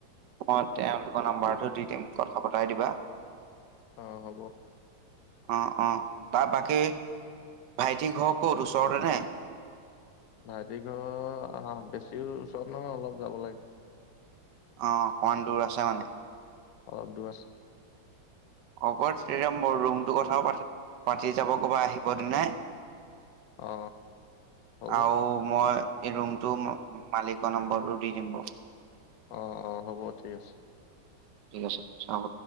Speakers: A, on the right; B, on the left.
A: অ' তেওঁলোকৰ নাম্বাৰটো দি দিম কথা পতাই দিবা।
B: অ হ'ব।
A: অ অ তাৰ বাকী ভাইটিক হওক'ত ওচৰতে ন??
B: ভাইটি ঘৰ আহ বেছি ওচৰত নহয় অলপ যাব লাগে।
A: অ অকমান দূৰ আছে মানে,
B: অল দুৱছ!
A: হ'ব তেতি মোৰ ৰুমটো কথা পাতি যাব ক'বা আহিব দ নাই
B: অ হ'ব অ
A: আৰু মই এই ৰুমটো মালিকৰ নম্বৰটো দি দম ব
B: অ অ হ'ব ঠিক আছে।
A: ঠিক আছে চাব